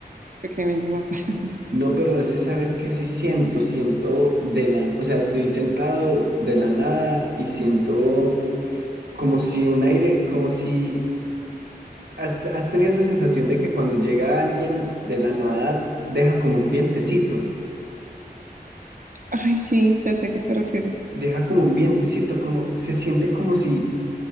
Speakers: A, on the right; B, on the right.
A: porque a mí sí me encima
B: No, pero ese sabes que sí siento, siento de la, o sea, estoy sentado de la nada y siento como si un aire, como si has, has tenido esa sensación de que cuando llega alguien de la nada deja como un vientecito,
A: Ay, sí, ya sé a qué te refieres.
B: deja como un vientecito, como se siente como si